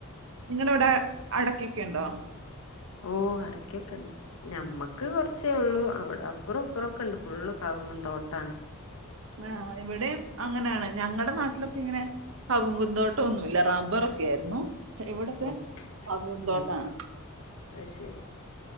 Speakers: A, on the right; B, on the left.
A: നിങ്ങള ഇവിടെ അടക്കൊക്കെ ഉണ്ടോ
B: ഓ അടക്ക കണ്ടി ഞമ്മക്ക് കുറച്ചേ ഉള്ളൂ അവിടെ അപ്പുറം അപ്പുറംൊക്കെ ഉണ്ട് ഫുള്ള് കങ്ങും തോട്ടാണ്
A: ആ ഇവിടെയും അങ്ങനെയാണ് ഞങ്ങളുടെ നാട്ടിലൊക്കെ ഇങ്ങനെ കകങ്കുന്തോട്ടം ഒന്നുമല്ല റബ്ബറ ഒക്കെ ആായിരുന്നു പക്ഷ ഇവിടത്തെ
B: ഓഹോ
A: പൂന്തോട്ടാണ്
B: ഉം അത് ശരി